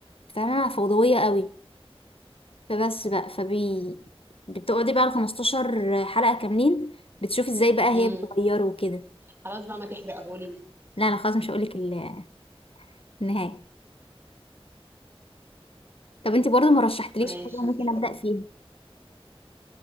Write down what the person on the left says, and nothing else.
فاهمة فوضوية قوي فبس بقى فبي بتقعدي بقى ال 15 حلقة كاملين بتشوفي ازاي بقى هي
بتغيره وكده
لا لا خلاص مش هقولك ال- النهاية طب انتي برضو ما رشحتليش
حاجة ممكن
أبدأ فيها